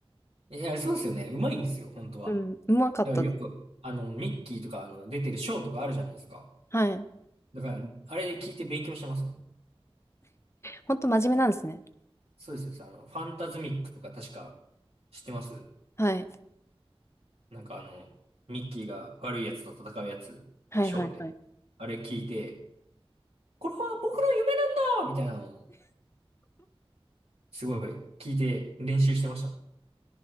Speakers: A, on the right; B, on the left.
A: よ。いや、そうですよね。上手いんですよ、本当は。
B: うん、うまかったです。
A: だからよく、あの、ミッキーとか、あの、出てるショーとかあるじゃないですか。
B: はい。
A: だから、あれで聞いて勉強してますもん。
B: ほんと真面目なんですね。
A: そうですよ、そうあの、ファンタズミックとか確か知ってます
B: はい。
A: なんかあの、ミッキーが悪いやつと戦うやつ、
B: はいはいはい。
A: ショーで。あれ聞いて、これは僕の夢なんだみたいなのを、すごい聞いて練習してましたもん。